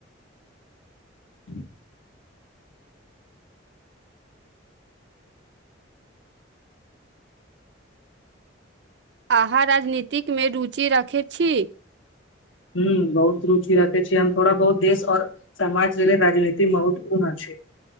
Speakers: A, on the left; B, on the right.
A: ह्म।
B: अहाँ राजनीतिकमे रुचि राखैत छी।
A: ह बहुत रुचि रखे छीियै हम थोड़ा बहुत देश और समाज लेल राजनीति महत्वपूर्ण छै।